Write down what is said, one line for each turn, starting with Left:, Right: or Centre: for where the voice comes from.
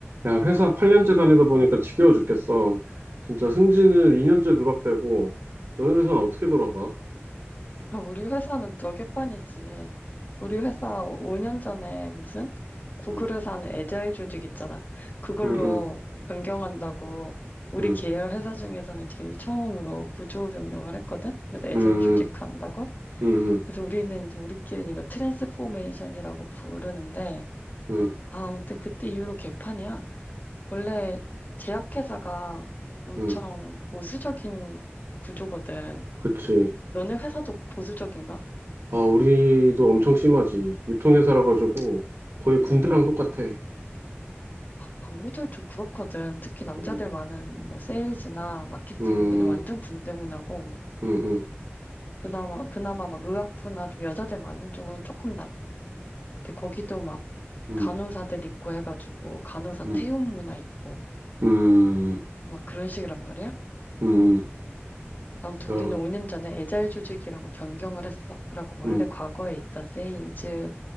Right: 야, 회사 8년째 다니다 보니까 지겨워 죽겠어. 진짜 승진은 2년째 누락되고, 너네 회사는 어떻게 돌아가?
Left: 아, 우리 회사는 더 개판이지. 우리 회사 5년 전에 무슨 구글에서
Right: 응,
Left: 하는 에자일 조직 있잖아. 그걸로
Right: 응, 응,
Left: 변경한다고 우리
Right: 응,
Left: 계열 회사 중에서는 제일 처음으로 구조 변경을 했거든. 그래서 에자일
Right: 응,
Left: 조직 한다고.
Right: 응, 응,
Left: 그래서 우리는 이제 우리끼리는 이거 트랜스포메이션이라고 부르는데
Right: 응,
Left: 아, 아무튼 그때 이후로 개판이야. 원래 제약회사가 엄청
Right: 응.
Left: 보수적인 구조거든.
Right: 그치.
Left: 너네 회사도 보수적인가?
Right: 아, 우리도 엄청 심하지. 유통회사라 가지고 거의 군대랑
Left: 응.
Right: 똑같아.
Left: 아, 우리도 좀 그렇거든. 특히 남자들
Right: 응,
Left: 많은 뭐 세일즈나 마케팅
Right: 응,
Left: 여기는 완전 군대 문화고
Right: 응, 응,
Left: 그나마 그나마 막 의학부나 좀 여자들 많은 쪽은 조금 낫. 근데 거기도 막
Right: 응,
Left: 간호사들 있고 해가지고 간호사
Right: 응,
Left: 태움 문화 있고
Right: 응,
Left: 막 그런 식이란 말이야.
Right: 응, 응.
Left: 아무튼
Right: 야,
Left: 우리는 5년 전에 에자일 조직이라고 변경을 했어. 그래갖고 원래
Right: 응,
Left: 과거에 있던 세일즈,